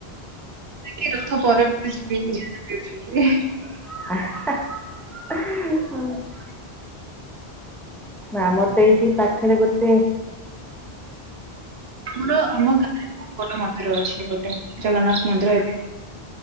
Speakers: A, on the right; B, in the centre.
A: ଟିକିଏ ରଥ ପରେ ପହଜିବି ଯିବି
B: ହଁ <unintelligible> ନା ଆମର ତ ଏଇଠି ପାଖରେ ଗୋଟେ
A: ଆମର ଆମ ଗାଁରେ ବହୁ ବଡ ମନ୍ଦିର ଅଛି ଗୋଟେ ଜଗନ୍ନାଥ ମନ୍ଦିର ଅଛି